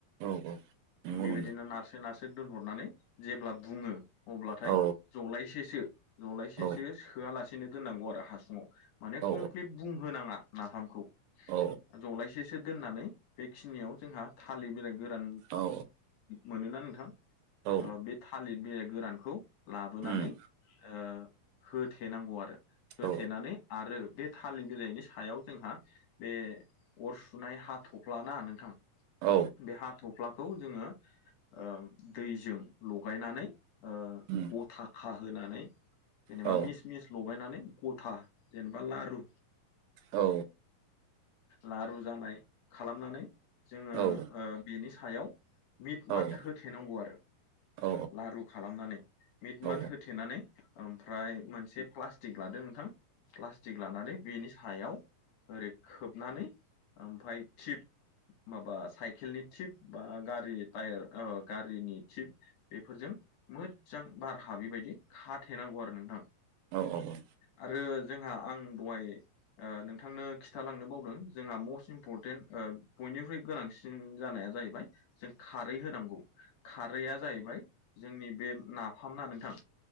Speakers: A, on the right (about 80°); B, on the left (about 65°).
A: औ औ। नंगौ
B: बेबायदिनो
A: नंगौ
B: नारसो नारसो दोनहरनानै जेब्ला बुङो अब्लाथाय
A: औ
B: जलायसेसो जलायसेसो
A: औ
B: सोआलासेनो दोननांगौ आरो हासुंआव माने
A: औ
B: कमप्लिट बुंहोनाङा नाफामखौ
A: औ
B: जलायसे सो दोननानै बेखिनियाव जोंहा थालिर बिलाइ गोरान
A: औ
B: मोनोना नोंथां
A: औ
B: ओ बे थालिर बिलाइ गोरानखौ लाबोनानै
A: उम
B: ओ होथेनांगौ आरो होथेनानै
A: औ
B: आरो बे थालिर बिलाइनि सायाव जोंहा बे अर सुनाय हाथफ्लाना नोंथां
A: औ
B: बे हाथ'फ्लाखौ जोङो ओम दैजों लगायनानै ओ
A: उम
B: गथा खाहोनानै जेनेबा
A: औ
B: मिस मिस लगायनानै गथा जेनेबा लारु
A: औ।
B: लारु जानाय खालामनानै जोङो
A: औ
B: ओ बेनि सायाव मिट मात
A: औ
B: होथेनांगौ आरो
A: औ
B: लारु खालामनानै मिट
A: उम औ उम औ
B: मात होथेनानै ओमफ्राय मोनसे प्लास टिक लादो नोंथां प्लाटिक लानानै बेनि सायाव ओरै खोबनानै ओमफाय थिप माबा साइकेलनि थिप बा गारि टायार ओ गारिनि थिप बेफोरजों मो जां बारहाबि बादि खाथे नांगौ आरो नोंथां।
A: औ औ औ।
B: आरो जोंहा आं दहाय ओ नोंथांनो खिथालांनो बावदों जोंहा मस्ट इम्परटेन्ट ओ बयनिख्रुइ गोनांसिन जानाया जाहैबाय जों खारै होनांगौ खारैया जाहैबाय जोंनि बे नाफाम ना नोंथां